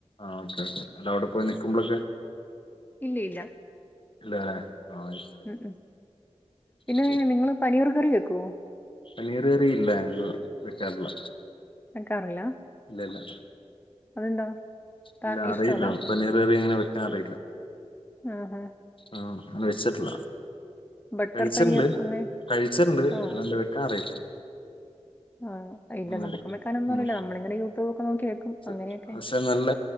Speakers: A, on the left; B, on the left.
A: ആഹ് ഓക്കെ ഓക്കെ അല്ല അവിടെ പോയി നിക്കുമ്പഴൊക്കെ.
B: ഇല്ലിയില്ല.
A: ഇല്ലല്ലേ ആഹ്.
B: ഉം ഉം പിന്നേ
A: ഓക്കെ
B: നിങ്ങള് പനീർ കറി വെക്കോ?
A: പനീർ കറി ഇല്ല ഞങ്ങള് വെക്കറില്ല.
B: വെക്കാറില്ല
A: ഇല്ലല്ല
B: അതെന്താ ത-
A: ഇല്ല
B: ഇഷ്ടമല്ല
A: അറിയില്ല പനീറ് കറി അങ്ങനെ വെക്കാറില്ല.
B: ആഹ്
A: ആഹ് വെയ്ച്ചിട്ടില്ല.
B: ബട്ടർ
A: കഴിച്ചിണ്ട്
B: പനീർ അങ്ങനെ
A: കഴിച്ചിണ്ട്
B: ആഹ്
A: അല്ലാണ്ട് വെക്കാൻ അറിയില്ല.
B: ആഹ് ഇല്ല
A: ഉം
B: നമുക്കും വെക്കാനൊന്നറില്ല
A: ഉം
B: നമ്മളിങ്ങനെ യൂട്യൂബ് ഒക്കെ നോക്കി വെക്കും
A: പക്ഷെ
B: അങ്ങനെയൊക്കെ.
A: നല്ല